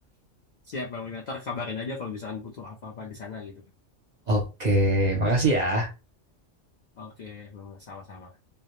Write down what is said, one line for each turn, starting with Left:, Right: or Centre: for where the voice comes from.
Left: Siap bang. Ntar kabarin aja kalau misalkan butuh apa-apa di sana gitu kan.
Right: Oke, makasih ya.
Left: Oke bang. Sama-sama.